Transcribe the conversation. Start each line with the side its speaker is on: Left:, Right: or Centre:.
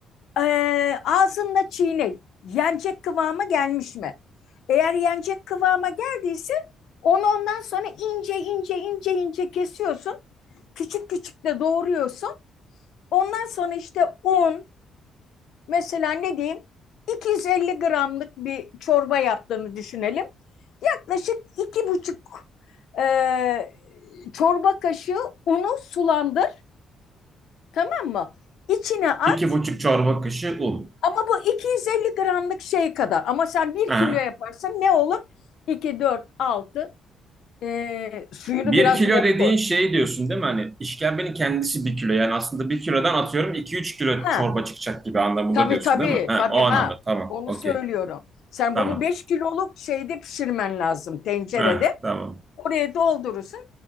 Left: ee, ağzında çiğne. Yenecek kıvama gelmiş mi? Eğer yenecek kıvama geldiyse onu ondan sonra ince ince ince ince kesiyorsun. Küçük küçük de doğruyorsun. Ondan sonra işte un mesela ne diyeyim 250 gramlık bir çorba yaptığını düşünelim. Yaklaşık iki buçuk e, çorba kaşığı unu sulandır tamam mı? İçine at
Right: İki buçuk çorba kaşığı un.
Left: Ama bu 250 gramlık şey kadar. Ama sen bir
Right: Aha.
Left: kilo yaparsan ne olur? 2, dört altı Ee, suyunu
Right: Bir
Left: biraz
Right: kilo
Left: bol
Right: dediğin
Left: koy.
Right: şey diyorsun değil mi? Hani işkembenin kendisi bir kilo. Yani aslında bir kilodan atıyorum iki üç kilo
Left: Ha,
Right: çorba çıkacak gibi anlamında
Left: tabii
Right: diyorsun
Left: tabii
Right: değil mi? Ha,
Left: tabii
Right: o anlamda.
Left: ha.
Right: Tamam.
Left: Onu
Right: Okey.
Left: söylüyorum. Sen
Right: Tamam.
Left: bunu 5 kiloluk şeyde pişirmen lazım tencerede.
Right: Ha, tamam.
Left: Oraya doldurursun.